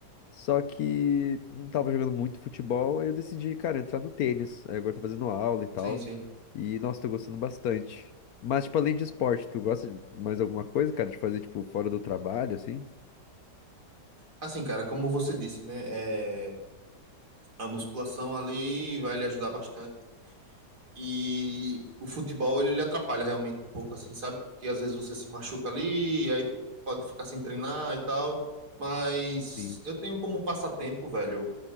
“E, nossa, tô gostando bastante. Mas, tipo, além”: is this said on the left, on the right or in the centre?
Left